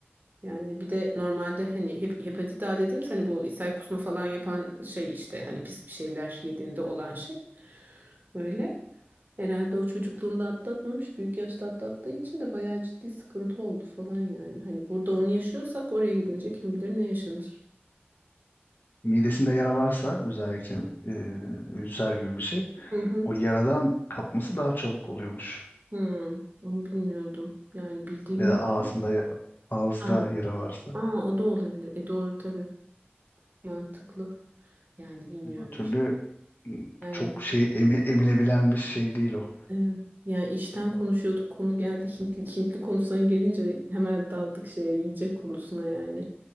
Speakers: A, on the right; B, on the left.
A: Yani bir de normalde hani hep, hepatit A dediğimiz hani bu ishal kusma falan yapan şey işte hani pis bir şeyler yediğinde olan şey. Böyle herhalde o çocukluğunda atlatmamış büyük yaşta atlattığı için de bayağı ciddi sıkıntı oldu falan yani. Hani burada onu yaşıyorsak oraya gidince kim bilir ne yaşanır.
B: Midesinde yara varsa özellikle e, ülser gibi bir şey.
A: Hı hı.
B: O yaradan kapması daha çabuk oluyormuş.
A: Hı, onu bilmiyordum. Yani bildiğim
B: Ya
A: yok.
B: da ağzında ya- ağızda
A: Ha,
B: yara varsa.
A: aa, o da olabilir. E doğru tabii mantıklı. Yani bilmiyorum
B: Öbür türlü
A: işte.
B: m,
A: Yani
B: çok şey emi- emilebilen bir şey değil o.
A: Evet. Yani işten konuşuyorduk konu geldi Hintli, Hintli konusuna gelince hemen daldık şeye yiyecek konusuna yani.